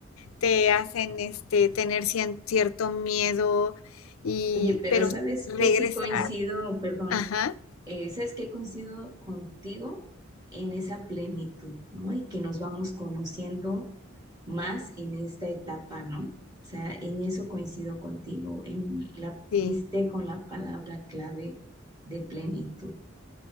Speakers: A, on the left; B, on the right.
A: te hacen este tener cien- cierto miedo y
B: Oye, pero
A: pero
B: ¿sabes
A: regresar,
B: qué? Sí coincido, perdón,
A: ajá,
B: eh, ¿sabes qué? Coincido contigo en esa plenitud, ¿no? Y que nos vamos conociendo más en esta etapa, ¿no? O sea, en eso coincido contigo, en la,
A: sí,
B: diste con la palabra clave de plenitud.